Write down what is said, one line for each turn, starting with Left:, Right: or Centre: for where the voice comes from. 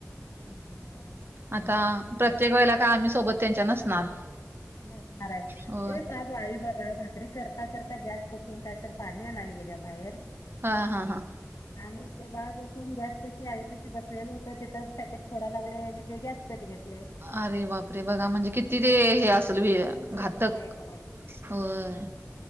Left: कमज म झाले हो के
Right: आता प्रत्येक वेळेला काय आम्ही सोबत त्यांच्या नसणार.
Left: नसणार आहे
Right: होय.
Left: ते पा आई बघा भाकरी करता करता. गॅस पासून काय तर पाणी आणले गेल्या बाहेर.
Right: हा हा हा.
Left: आणि ते बाळ बसून गॅस कशी आईपाशी बसलेलं होतं तेिथं पॅकेट थोडा लागले आणि ते गॅस पीट घेतले.
Right: अरे बापरे बघा म्हणजे किती ते हे असेल घातक
Left: र बघ
Right: होय